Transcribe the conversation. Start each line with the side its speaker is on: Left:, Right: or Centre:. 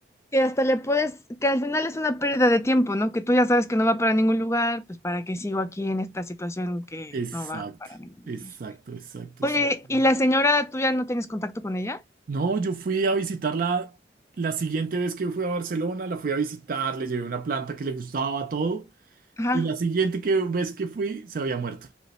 Left: Que hasta le puedes, que al final es una pérdida de tiempo, ¿no? Que tú ya sabes que no va para ningún lugar, pues ¿para qué sigo aquí en esta situación que
Right: Exacto,
Left: no va para ningún
Right: exacto,
Left: lugar?
Right: exacto,
Left: Oye,
Right: exacto.
Left: ¿y la señora Tú ya no tienes contacto con ella?
Right: No, yo fui a visitarla la siguiente vez que fui a Barcelona, la fui a visitar, le llevé una planta que le gustaba todo
Left: Ajá.
Right: y la siguiente que, vez que fui se había muerto.